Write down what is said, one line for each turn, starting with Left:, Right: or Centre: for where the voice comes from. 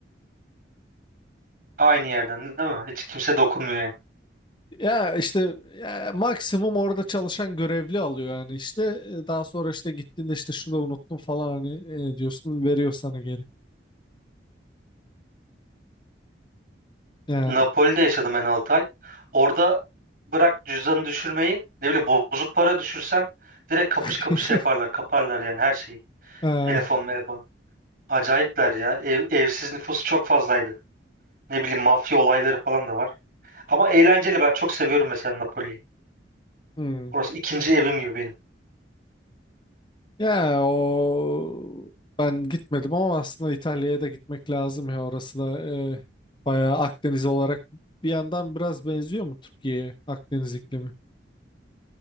Right: aynı yerden değil mi? Hiç kimse dokunmuyor yani.
Left: Ya işte ya maksimum orada çalışan görevli alıyor yani işte E, daha sonra işte gittiğinde işte şurada unuttum falan hani e, diyorsun veriyor sana geri. Yani.
Right: Napoli'de yaşadım ben 6 ay. Orada bırak cüzdanı düşürmeyi ne bileyim bozuk para düşürsen direkt kapış
Left: <laughs>
Right: kapış yaparlar kaparlar yani her şeyi.
Left: Ah,
Right: Telefon telefon. Acayipler ya. Ev, evsiz nüfus çok fazlaydı. Ne bileyim mafya olayları falan da var. Ama eğlenceli ben çok seviyorum mesela Napoli'yi.
Left: hmm.
Right: Orası ikinci evim gibi benim.
Left: Ya o ben gitmedim ama aslında İtalya'ya da gitmek lazım ya orası da e, bayağı Akdeniz olarak bir yandan biraz benziyor mu Türkiye'ye Akdeniz iklimi?